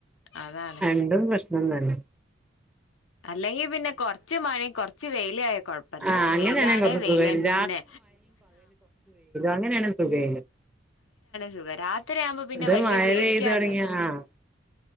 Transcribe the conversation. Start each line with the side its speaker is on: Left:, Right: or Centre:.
Left: അതാണ്
Centre: രണ്ടും പ്രശ്നം തന്നെ ഉം
Left: അല്ലെങ്കിൽപിന്നെ കൊറച്ച് മഴ കൊറച്ച് വെയില് ആയാൽ കുഴപ്പമില്ല
Centre: ആഹ്
Left: ഇത്
Centre: അങ്ങനെയാണെ
Left: വെയിലാണേ
Centre: കൊറച്ച്
Left: വെയിൽ
Centre: സുഖായിരുന്നു
Left: തന്നെ
Centre: അങ്ങനെയാണേ സുഖമാണ്
Left: സുഖം രാത്രിയാകുമ്പോ പിന്നെ
Centre: ഇത്
Left: വലിയ
Centre: മഴപെയ്തു
Left: പേടിക്കാനില്ലല്ലോ
Centre: തുടങ്ങിയാൽ